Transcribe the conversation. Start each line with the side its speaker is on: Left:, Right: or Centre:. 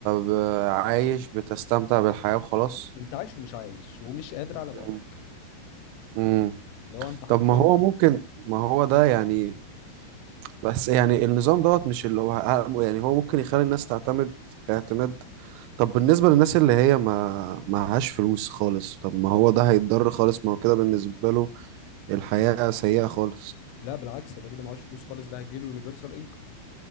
Right: ب... عايش بتستمتع بالحياة وخلاص
Left: انت عايش ومش عايش ومش قادر على بعدك
Right: مم. مم.
Left: لو انت حرفيا
Right: طب ما هو ممكن ما هو ده يعني بس يعني النظام دوت مش اللي هو ه- يعني هو ممكن يخلي الناس تعتمد اعتماد طب بالنسبة للناس اللي هي ما معهاش فلوس خالص طب ما هو ده هيتضر خالص ما هو كده بالنسبة له الحياة سيئة خالص
Left: لا بالعكس الراجل اللي معهوش فلوس خالص ده هيجيله يونيفرسال